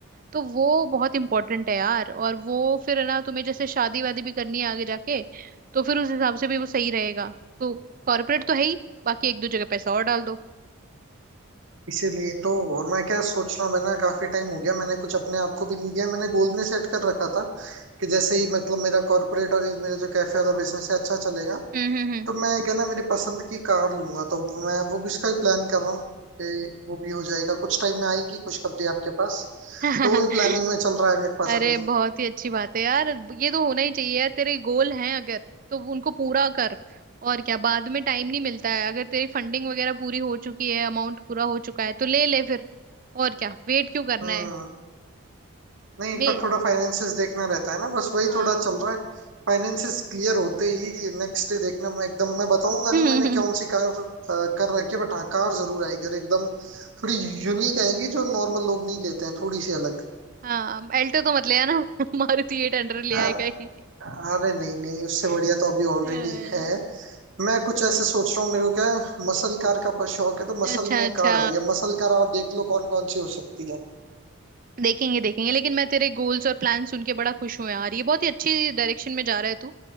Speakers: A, on the right; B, on the right.
A: तो वो बहुत इंपॉर्टेंट है यार और वो फिर है ना तुम्हें जैसे शादी वादी भी करनी है आगे जाके तो फिर उस हिसाब से भी वो सही रहेगा तो कॉर्पोरेट तो है ही बाकी एक दो जगह पैसा और डाल दो
B: इसीलिए तो और मैं क्या सोच रहा हूँ मैं ना काफी टाइम हो गया मैंने कुछ अपने आप को भी नहीं दिया मैंने गोल में सेट कर रखा था कि जैसे ही मतलब मेरा कॉर्पोरेट और ये मेरा जो कैफे वाला बिजनेस है अच्छा चलेगा
A: हम्म हम्म
B: तो मैं क्या ना मेरी पसंद की कार लूंगा तो मैं वो भी उसका ही प्लान कर रहा हूँ कि वो भी हो जाएगा कुछ टाइम में आएगी खुशखबरी आपके पास
A: हम्म। <laughs>
B: तो वो भी प्लानिंग में चल रहा है मेरे पास
A: अरे
B: अभी
A: बहुत ही अच्छी बात है यार ये तो होना ही चाहिए यार तेरे गोल हैं अगर तो उनको पूरा कर और क्या बाद में टाइम नहीं मिलता है अगर तेरी फंडिंग वगैरह पूरी हो चुकी है अमाउंट पूरा हो चुका है तो ले ले फिर और क्या वेट क्यों करना
B: हाँ
A: है
B: नहीं एक
A: मे
B: बार थोड़ा फाइनेंसिस देखना रहता है ना बस वही
A: हाँ
B: थोड़ा चल रहा है फाइनेंसिस क्लियर होते ही नेक्स्ट डे देखना मैं एकदम मैं बताऊंगा
A: <laughs>
B: नहीं मैंने कौन सी कार अ, कर रखी है बट हाँ कार जरूर आएगी और एकदम थोड़ी यूनिक आएगी जो नॉर्मल लोग नहीं लेते हैं थोड़ी सी अलग
A: हाँ एल्टो तो मत ले आना <laughs> मारुति एट हंड्रेड ले आए
B: अ-
A: कहीं
B: अरे नहीं नहीं उससे
A: <laughs>
B: बढ़िया तो अभी ऑलरेडी
A: हाय।
B: है मैं कुछ ऐसे सोच रहा हूँ मेरे को क्या है मसल कार का पर शौक है तो मसल
A: अच्छा
B: में
A: अच्छा
B: कार है ये मसल कार आप देख लो कौन कौन सी हो सकती है
A: देखेंगे देखेंगे लेकिन मैं तेरे गोल्स और प्लान सुन के बड़ा खुश हूं यार ये बहुत ही अच्छी डायरेक्शन में जा रहा है तू